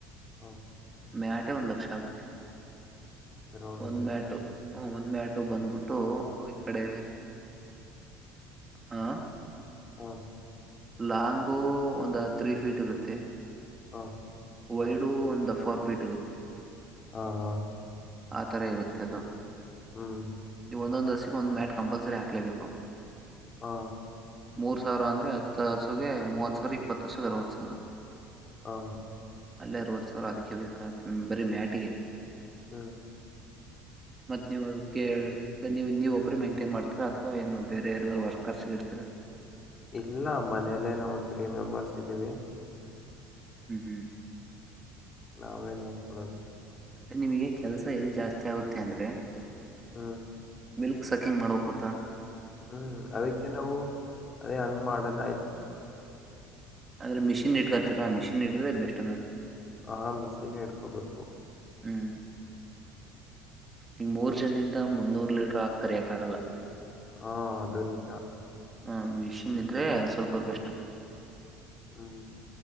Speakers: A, on the left (about 30°); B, on the right (about 20°).
A: ಹಾ
B: ಮ್ಯಾಟೆ ಒಂದ್ ಲಕ್ಷ ಆಗುತ್ತೆ
A: ಗ್ರೌಂಡ್
B: ಒಂದ್
A: ಅಲ್ಲಿ
B: ಮ್ಯಾಟು. ಹ ಒಂದ್ ಮ್ಯಾಟು ಬಂದ್ಬಿಟ್ಟು ಈ ಕಡೆ ಹಾ
A: ಹಾ
B: ಲಾಂಗು ಒಂದು ತ್ರೀ ಫೀಟ್ ಇರುತ್ತೆ.
A: ಹಾ
B: ವೈಡು ಒಂದು ಫೋರ್ ಪೀಟ್ ಇರುತ್ತೆ.
A: ಹಾ ಹಾ
B: ಅತರ ಇರುತ್ತೆ ಅದು.
A: ಹ್ಮ್
B: ಈವು ಒಂದೊಂದು ಹಸಿಗೆ ಒಂದ ಮ್ಯಾಟ್ ಕಂಪಲ್ಸರಿ ಹಕ್ಲೇಬೇಕು.
A: ಹಾ
B: ಮೂರ್ ಸಾವ್ರ ಅಂದ್ರೆ ಹತ್ತು ಹಸುಗೆ ಮೂವತ್ ಸಾವ್ರ ಇಪ್ಪತ್ತು ಹಸುಗೆ ಅರವತ್ತು ಸಾವ್ರ.
A: ಹಾ
B: ಅಲ್ಲೆ ಅರುವತ್ತು ಸಾವಿರ ಅದಕ್ಕೆ ಬೇಕಾ ಬರೀ ಮ್ಯಾಟ್ಗೆ
A: ಹ್ಮ್
B: ಮತ್ ಇವಗೆ ಈಗ ನೀವು ನೀವ್ ಒಬ್ರು ಮೇಟೈನ್ ಮಾಡ್ತೀರಾ ಅಥವಾ ಏನು ಬೇರೆ ಯಾರ್ಗರ ವರ್ಕಸ್ ಇಡ್ತಿರಾ.
A: ಇಲ್ಲ ಮನೇಲ್ಲೇ ನಾವು ಒಂದ್ ತ್ರೀ ಮೆಂಬರ್ಸ್ ಇದ್ದೀವಿ.
B: ಹ್ಮ್ ಹ್ಮ್
A: ನಾವೇ ನೋಡ್ಕೊಳ್ಳೋದು.
B: ಅ ನಿಮ್ಗೆ ಕೆಲಸ ಎಲ್ ಜಾಸ್ತಿ ಆಗುತ್ತೆ ಅಂದ್ರೆ.
A: ಹಾ
B: ಮಿಲ್ಕ್ ಸಕಿಂಗ್ ಮಾಡ್ಬೇಕತ್ತಾ.
A: ಹ್ಮ್ ಅದಕ್ಕೆ ನಾವು ಅದೇ ಹಂಗ್ ಮಾಡಣ.
B: ಅದ್ರೆ ಮಿಷನ್ ಇಟ್ಕ ತಿರಾ ಮಿಷನ್ ಇದ್ರೆ ಬೆಸ್ಟ್ ನೋಡಿ.
A: ಆ ಮಿಷಿನ್ ನೆ ಹಿಡ್ಕೋಬೇಕು.
B: ಹ್ಮ್ ಈಗ ಮೂರು ಜನದಿಂದ ಮುನ್ನೂರು ಲೀಟರ್ ಹಾಲ್ ಕರಿಯಕ್ ಆಗಲ್ಲ.
A: ಹಾಅದು.
B: ಹ ಮಿಷಿನ್ ಇದ್ರೆ ಸ್ವಲ್ಪ ಬೆಸ್ಟ್.
A: ಹ್ಮ್